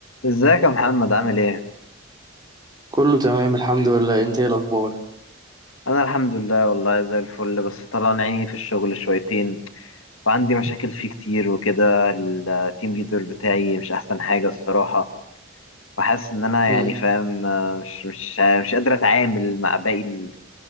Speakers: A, on the left; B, on the right.
A: ازيك يا محمد عامل ايه؟
B: كله تمام الحمد لله انت ايه الاخبار
A: انا الحمد لله والله زي الفل بس طلعنا عيني في الشغل شويتين وعندي مشاكل فيه كتير وكده التيم ليدر بتاعي مش احسن حاجة الصراحة وحاسس ان انا يعني
B: مم.
A: فاهم آه، مش مش مش قادر اتعامل مع باقي